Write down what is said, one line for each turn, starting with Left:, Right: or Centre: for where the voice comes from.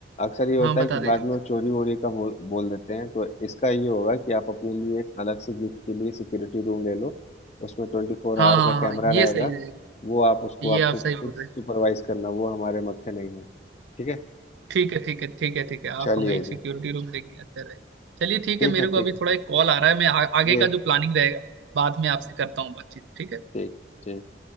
Left: अक्सर ये होता
Right: हाँ बता
Left: है कि बाद
Right: दीजिए
Left: में वो चोरी वोरी का बोल बोल देते हैं तो इसका ये होगा कि आप अपने लिए एक अलग से गिफ्ट के लिए सिक्योरिटी रूम ले लो उसमें ट्वेंटी फोर
Right: हाँ
Left: आवर
Right: हाँ
Left: का कैमरा
Right: हाँ ये
Left: रहेगा
Right: सही रहेगा
Left: वो आप उसको
Right: ये
Left: आप
Right: आप
Left: सु,
Right: सही
Left: खुद
Right: बोल
Left: सुपरवाइज
Right: रहे हैं
Left: करना वो हमारे मत्थे नहीं है ठीक है
Right: ठीक है ठीक है ठीक है ठीक है आप
Left: चलिए
Right: हमें एक
Left: जी
Right: सिक्योरिटी रूम देंगे अच्छा रहेगा चलिए ठीक
Left: ठीक
Right: है मेरे
Left: है
Right: को
Left: ठीक
Right: अभी
Left: है
Right: थोड़ा एक कॉल आ रहा है मैं आ, आगे
Left: जी
Right: का जो प्लानिंग रहेगा बाद में आपसे करता हूँ बातचीत ठीक है
Left: ठीक ठीक